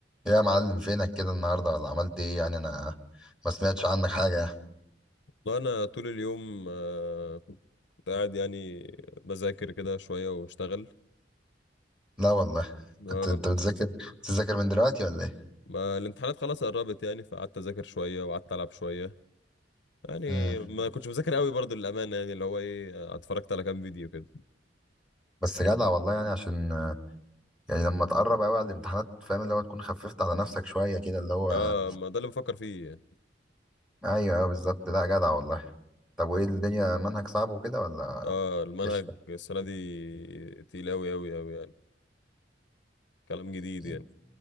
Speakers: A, in the centre; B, on the left.
A: إيه يا معلم فينك كده النهارده ولا عملت ايه يعني انا ما سمعتش عنك حاجة
B: لا انا طول اليوم آه، كنت قاعد يعني بذاكر كده شويه واشتغل
A: لا والله
B: اه
A: كنت انت بتذاكر بتذاكر من دلوقتي ولا ايه
B: ما الامتحانات خلاص قربت يعني فقعدت اذاكر شويه وقعدت العب شويه يعني
A: امم
B: ما كنتش بذاكر قوي برضو للامانه يعني اللي هو ايه آه، اتفرجت على كام فيديو كده
A: بس جدع والله يعني عشان آه، يعني لما تقرب قوي على الامتحانات فاهم اللي هو تكون خففت على نفسك شوية كده اللي هو
B: اه ما ده اللي بفكر فيه يعني
A: ايوه ايوه بالظبط لا جدع والله طب وايه الدنيا منهج صعب وكده ولا
B: اه المنهج
A: قشطة
B: السنه دي تقيل قوي قوي قوي يعني كلام جديد
A: يعني
B: يعني